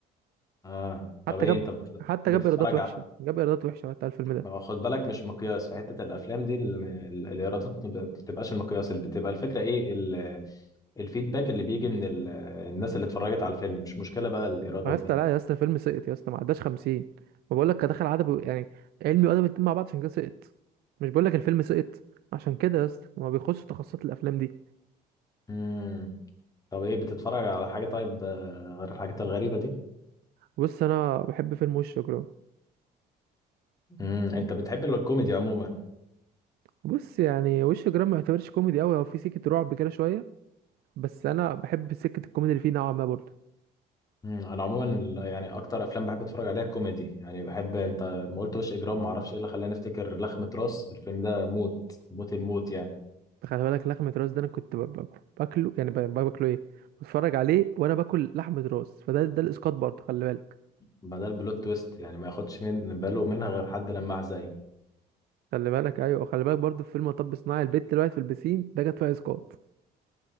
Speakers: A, on the left; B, on the right.
A: اه طب
B: حتى
A: ايه
B: جاب
A: انت بت-
B: حتى
A: بتتفرج
B: جاب ايرادات وحشه
A: على
B: جاب ايرادات وحشه وقتها الفيلم ده
A: ما هو خد بالك مش مقياس في حتة الأفلام دي ال- ال- الإيرادات ما بتبقاش المقياس اللي بتبقى الفكرة إيه الفيدباك اللي بيجي من ال- الناس اللي اتفرجت على الفيلم مش مشكلة بقى الإيرادات
B: ما يا اسطى
A: دي
B: لا يا اسطى الفيلم سقط يا اسطى ما عداش 50 ما بقول لك كان دخل عدد يعني علمي وادبي الاتنين مع بعض عشان كده سقط مش بقول لك الفيلم سقط عشان كده يا اسطى ما بيخش تخصصات الافلام دي
A: امم طب ايه بتتفرج على حاجة طيب غير الحاجات الغريبة دي
B: بص انا بحب فيلم وش جرام
A: امم انت بتحب ال- الكوميدي عموما
B: بص يعني وش جرام ما يعتبرش كوميدي قوي هو في سكه رعب كده شويه بس انا بحب سكه الكوميدي اللي فيه نوعا ما برضه
A: امم انا عموما ال- يعني اكتر افلام بحب اتفرج عليها الكوميدي يعني بحب انت ما قلت وش اجرام ما اعرفش ايه اللي خلاني افتكر لخمة راس الفيلم ده موت موت الموت يعني
B: خلي بالك لحمه راس ده انا كنت ب- ب- باكله يعني ب- باكله ايه بتفرج عليه وانا باكل لحمه راس فده ده الاسقاط برضه خلي بالك
A: ما ده البلوت تويست يعني ما ياخدش من باله منها غير حد لماح زي
B: خلي بالك ايوه خلي بالك برضه في فيلم مطب صناعي البت اللي وقعت في البسين ده جت فيها اسقاط